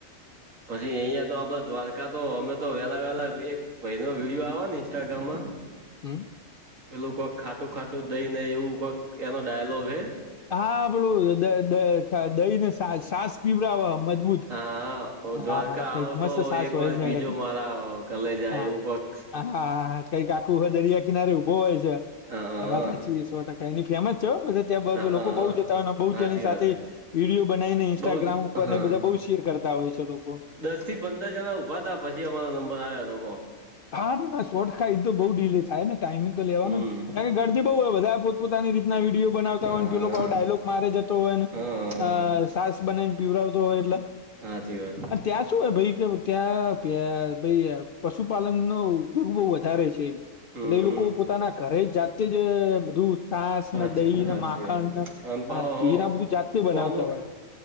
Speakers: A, on the right; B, on the left.
A: પછી અહં તો આપડ દ્વારકા તો અમે તો વેહલા વેહલા એક ભય ન વિડીિયો આવ ને ઇન્સ્ટાગ્રામમાં..
B: હમ.
A: પેલું કોઈક ખાતું ખાતું દઈ ને એવું કોઈક એનો ડાયલોગ હે.
B: હા આપણું દહીને સાસ પીવડાવ મજબૂત.
A: હા
B: હા
A: દ્વારકા
B: કઈક
A: આવો
B: મસ્ત
A: તો
B: સાસ
A: એક
B: હોય
A: વાર
B: છે
A: બીજો
B: એની
A: મારા કલાઈ જાય
B: હા
A: એવું કક
B: હા હાા કંઈક આખું હ દરિયા કિનારે ઊભો હોય છે.
A: બનાવા
B: આ વા સાચી સો ટકા એની ફેમસ છે બધ ત્યાં
A: હ હ
B: લોકો બહુ જતા હોય અને બહુ
A: સાચી
B: ત્યાંની સાથે
A: વાત હ
B: વિડીયો બનાવી ને ઇન્સ્ટાગ્રામ
A: બઉ જ
B: ઉપર
A: હા
B: ને બધા બહુ શેર કરતા હોય છે લોકો.
A: દસ થી પંદર જણા ઉભા હતા પછી અમારો નંબર આવ્યા તો કો.
B: હા ના ના શોટ ખાઈ તો બઉ ડીલે થાય ને ટાઈમિંગ તો લેવાનો.
A: હમ
B: કાર કે ઘરદી બહઉ હોય બધા પોતપ પોતાની રીતના વિડીયો બનાવતા
A: હા
B: હોય ને લોકો ડાયલોગ મારે જતો હોય ને.
A: હા હા
B: અ સાસ બનાવીને પીવરાાવતો હોય એટલે?
A: સાચી વાત
B: ત્યાં શું હોય ભાઈ કે ત્યાં ભાઈ પશુપાલન નો ઉપગ બહુ વધારે છેમ
A: હમ
B: એટલે લોકો પોતાના ઘરે જ જાતે જ બધું સાસ
A: સાચી
B: ને દહી
A: સાચી
B: ને માખણ,
A: વાત
B: ને
A: આમ પા
B: ઘી
A: હો
B: ના બધું જાતે બનાવતા
A: કોનું
B: હોય.